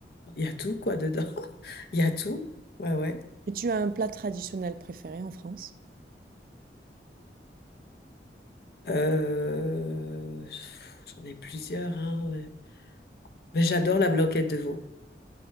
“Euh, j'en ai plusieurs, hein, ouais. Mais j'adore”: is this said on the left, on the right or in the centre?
Left